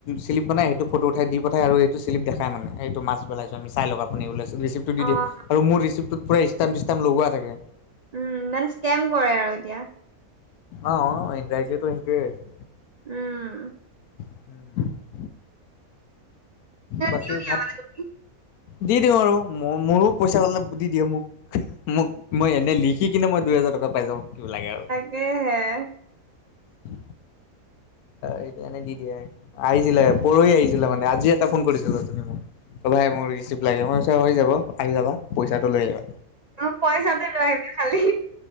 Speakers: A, on the left; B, on the right.
A: চিলিপ বনাই সেইটো ফটো উঠাই দি পঠাই, আৰু এইটো্ চিলিপ দেখাই মানে এইটো মাছ পেলাইছো আমি চাই লওঁক। আপনি ও ৰিচিপটো দি
B: অ',
A: দিয়ে আৰু মোৰ চিলিপটোট পুৰা ষ্টাম চষ্টাম লগোৱা থাকে।
B: উম, জান কেম কৰে আৰু এতিয়া।
A: অ' ইনডাইৰেক্টলি সেইটোৱে।
B: উম।
A: উ বাকী
B: দিও দিয়া
A: ভাত,
B: মানে তুমি।
A: দি দিওঁ আৰু ম মোৰো পইচা ওলালে দি দিয়ে মোক। মোক মই এনেই লিখি কিনে মই দুই হেজাৰ টকা পাই যওঁ, কিব লাগে আৰু।
B: এহে
A: উ এইটো এনে দি দিয়ে, আহিছিলে পৰহি আহিছিলে মানে আজি এটা ফোন কৰিছিল তুমি মোক। অ' ভাই মোৰ ৰিচিপ্ট লাগে, মই হৈ যাব আহি যাবা পইচাটো লৈ আহিবা।
B: অ', পইচাটো লৈ আহিবি খালি।